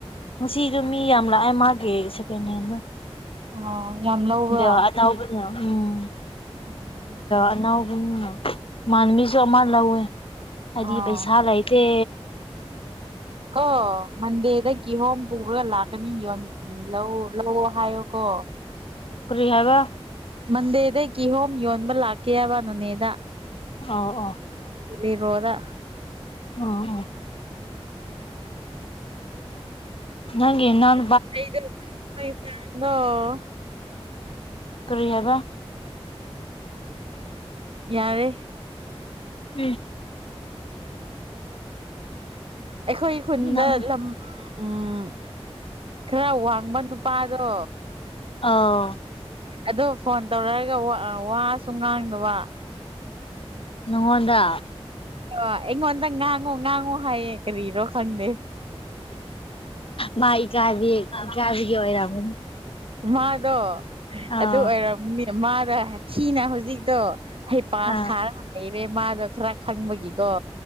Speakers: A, on the left; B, on the right.
A: ꯉꯁꯤꯗꯣ ꯃꯤ ꯌꯥꯝ ꯂꯥꯛꯑꯦ ꯃꯥꯒꯤ ꯁꯦꯀꯦꯟ ꯍꯦꯟꯗꯣ
B: ꯑꯣ ꯌꯥꯝ ꯂꯧꯕ꯭ꯔꯥ
A: ꯗ ꯑꯗꯕ ꯎꯝ
B: ꯎꯝ
A: ꯑꯅꯥꯒꯨꯝ ꯃꯥꯟꯕꯤꯁꯨ ꯑꯃ ꯂꯧꯋꯦ ꯍꯥꯏꯗꯤ
B: ꯑꯥ
A: ꯄꯩꯁꯥ ꯂꯩ ꯑꯦ
B: ꯀꯣ ꯃꯟꯗꯦꯗ ꯀꯤꯍꯣꯝ ꯄꯨꯔꯒ ꯂꯥꯛꯀꯅꯤ ꯎ ꯂꯧ ꯂꯧꯑꯣ ꯍꯥꯏꯌꯣꯀꯣ
A: ꯔꯤꯍꯒ
B: ꯃꯟꯗꯦꯗꯩ ꯀꯤꯍꯣꯝ ꯌꯣꯟꯕ ꯂꯥꯛꯀꯦꯕ ꯅꯣꯅꯦꯗ
A: ꯑꯣ ꯑꯣ
B: ꯐꯔꯣꯗ
A: ꯑꯣ ꯑꯣ ꯅꯪꯒꯤ ꯅꯥꯟ
B: ꯑꯩꯗꯩꯁꯗꯣ
A: ꯀꯔꯤ ꯍꯥꯏꯕ
B: ꯌꯥꯔꯦ
A: ꯎꯝ
B: ꯑꯩꯈꯣꯏ ꯈꯨꯟꯗ
A: ꯅꯪ
B: ꯂꯝ ꯎꯝ ꯈꯔ ꯋꯥꯡꯕ ꯅꯨꯄꯥꯗꯣ
A: ꯑꯥ
B: ꯑꯣ ꯐꯣꯟ ꯇꯧꯔꯛꯑꯒ ꯋꯥꯁꯨ ꯉꯥꯡꯗꯕ
A: ꯅꯉꯣꯟꯗ
B: ꯑ ꯑꯩꯉꯣꯟꯗ ꯉꯥꯡꯉꯨ ꯉꯥꯡꯉꯨ ꯍꯥꯏꯌꯦ ꯀꯔꯤꯔꯣ ꯈꯪꯗꯦ
A: ꯃꯥ ꯏꯀꯥꯏꯕꯤ ꯏꯀꯥꯕꯤꯒꯤ ꯑꯣꯏꯔꯝꯃꯅꯤ
B: ꯃꯥꯗꯣ
A: ꯑꯥ
B: ꯑꯗꯨ ꯑꯣꯏꯔꯝꯅꯤ ꯃꯥꯗ ꯊꯤꯅ ꯍꯧꯖꯤꯛꯇꯣ ꯍꯩꯄꯥ
A: ꯑꯥ
B: ꯁꯥꯔꯒ ꯂꯩꯔꯦ ꯃꯥꯗꯣ ꯈꯔ ꯈꯪꯕꯒꯤꯀꯣ